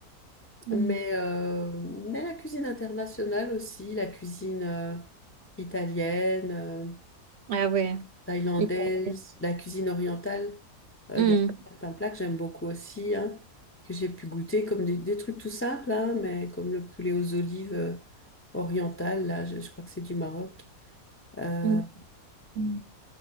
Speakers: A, on the right (about 60°); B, on the left (about 15°).
A: Mmh.
B: Mais, euh, mais la cuisine internationale aussi, la cuisine euh, italienne, euh,
A: Ah ouais.
B: thaïlandaise,
A: Italienne.
B: la cuisine orientale, euh,
A: Hmm.
B: il y a certains plats que j'aime beaucoup aussi, hein, que j'ai pu goûter, comme des, des trucs tout simples, hein, mais comme le poulet aux olives euh, oriental, là, je, je crois que c'est du Maroc. Euh,
A: Hmm. Hmm.